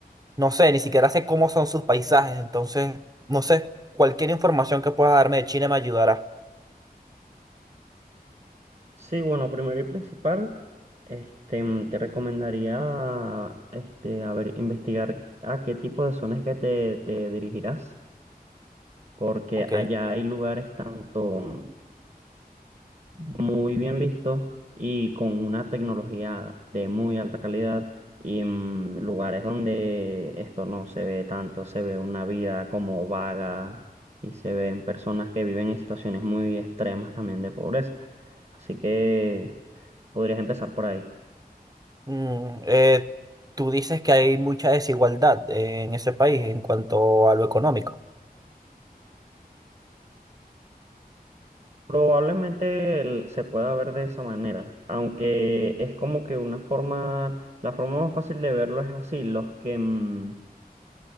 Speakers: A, on the right; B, on the right.
A: no sé, ni siquiera sé cómo son sus paisajes, entonces, no sé, cualquier información que puedas darme de China me ayudará.
B: Sí, bueno, primero y principal, este, mm, te recomendaría, este, a ver, investigar a qué tipo de zonas que te, te dirigirás, porque
A: Ok.
B: allá hay lugares tanto, muy bien visto y con una tecnología de muy alta calidad y mm, lugares donde esto no se ve tanto, se ve una vida como vaga y se ven personas que viven en situaciones muy extremas también de pobreza. Así que podrías empezar por ahí.
A: Mm, eh, tú dices que hay mucha desigualdad en ese país en cuanto a lo económico.
B: Probablemente el- se pueda ver de esa manera, aunque es como que una forma, la forma más fácil de verlo es así, los que mm,